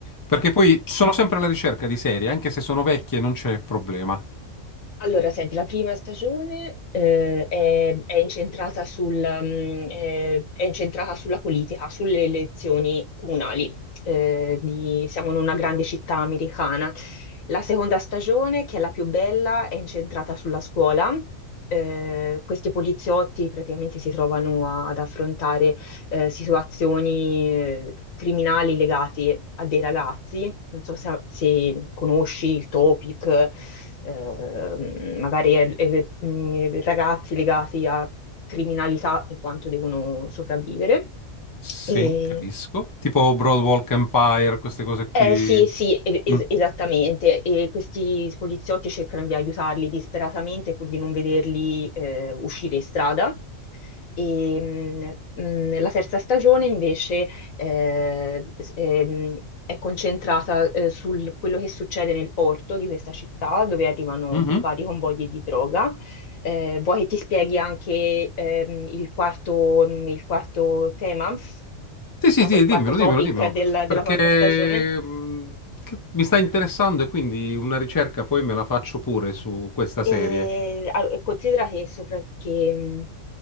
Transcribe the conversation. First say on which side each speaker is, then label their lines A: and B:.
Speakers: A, on the left; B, on the left.
A: Perché poi sono sempre alla ricerca di serie, anche se sono vecchie non c'è problema.
B: Allora, senti, la prima stagione eh, è, è incentrata sul, mm, eh, è incentrata sulla politica, sulle elezioni comunali. Eh, di- siamo in una grande città americana. La seconda stagione, che è la più bella, è incentrata sulla scuola. Eh, questi poliziotti praticamente si trovano a- ad affrontare eh, situazioni eh, criminali legate a dei ragazzi. Non so se, se conosci il topic, eh, magari eh, eh, mh, ragazzi legati a criminalità in quanto devono sopravvivere.
A: Sì,
B: E,
A: capisco. Tipo Broadwalk Empire, queste cose
B: eh
A: qui.
B: sì, sì, e- es-
A: Mm.
B: esattamente. E questi poliziotti cercano di aiutarli disperatamente pur di non vederli eh, uscire in strada. E, mh, mh, nella terza stagione invece eh, s- ehm, è concentrata eh, su quello che succede nel porto di questa città dove arrivano
A: Mhm.
B: vari convogli di droga. Eh, vuoi che ti spieghi anche ehm, il quarto, il quarto tema,
A: Sì, sì,
B: no,
A: sì,
B: il quarto
A: dimmelo,
B: topic
A: dimmelo, dimmelo.
B: del-
A: Perché
B: della quarta stagione?
A: mh, che- mi sta interessando e quindi una ricerca poi me la faccio pure su questa
B: E,
A: serie.
B: allo- considera che, sopra- che, mh,